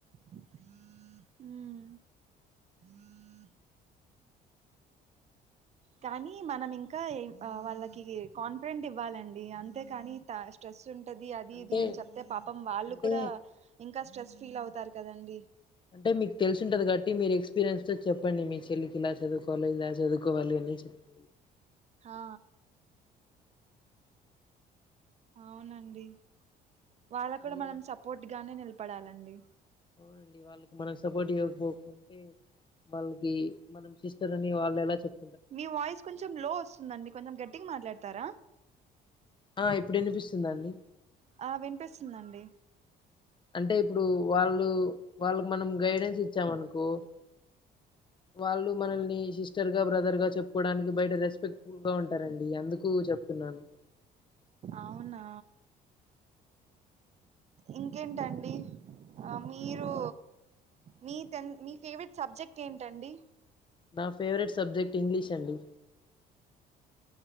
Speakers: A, on the right; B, on the left.
A: అ కానీ మనం ఇంకా ఏం వాళ్ళకి కాన్ఫిడెంట్ ఇవ్వాలండి అంతేకాని స్ట్రెస్ ఉ టది అది
B: అంటే
A: ఇది అని చెప్తే పాపం వాళ్ళు
B: అంటే
A: కూడా ఇంకా ఇంకా స్ట్రెస్ ఫీల్ అవుతారు కదండి
B: అంటే మీకు తెలిసి ఉంటది కాట్టి మీరు ఎక్స్పీరియన్స్ తో చెప్పండి మీ చెల్లికి ఇలా చదువుకోవాలో ఇలా చదువుకోవాలి అనీ చెప్పి
A: హా అవునండి వాళ్ళకూడా
B: మీరు
A: మనం సపోర్ట్ గానే నిలబడాలి అండి
B: అవునండి వాళ్ళకి మనం సపోర్ట్ ఇవ్వకపోకుంటే వాళ్ళకి మనం సిస్టర్ అని వాళ్ళు ఎలా చెప్త
A: మీ వాయిస్ కొంచెం లో వస్తుందండి కొంచెం గట్టిగా మాట్లాడుత తారా
B: ఆ ఇప్పుడు వినిపిస్తుందాండి
A: ఆ వినిపిస్తుందండి
B: అంటే ఇప్పుడు వాళ్ళు వాళ్ళకి మనం గైడెన్స్ ఇచ్చామనుకో కో వాళ్ళు మనల్ని సిస్టర్ గా బ్రదర్ గా చెప్పుకోవడానికి బయట రెస్పెక్ట్ ఫుల్గా ఉంటరండి అందుకు చెప్తున్నాను
A: అవునా ఇంకేంటండి మీరు మీ టెన్ మీ ఫేవరెట్ సబ్జెక్ట్ ఏంటండి
B: నా ఫేవరెట్ సబ్జెక్ట్ ఇంగ్లీష్ అండి